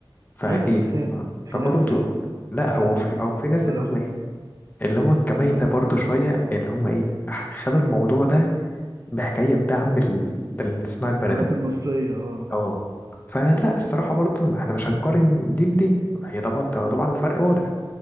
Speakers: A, on the left; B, on the right.
A: فإيه
B: ايوه ما انا فاهم في
A: فبرضه
B: ناس يعني
A: لأ
B: بتوصل
A: هو في أو في ناس
B: بقول
A: اللي
B: لك
A: هم إيه اللي هم كميتة
B: بقول لك
A: برضه شوية اللي هم إيه خدوا الموضوع ده بحكاية دعم بال- بالصناعة
B: الدكاتره
A: بلدي
B: المصريه اه
A: أه فلا الصراحة برضه ما إحنا مش هنقارن دي بدي هي طبعا طبعا الفرق واضح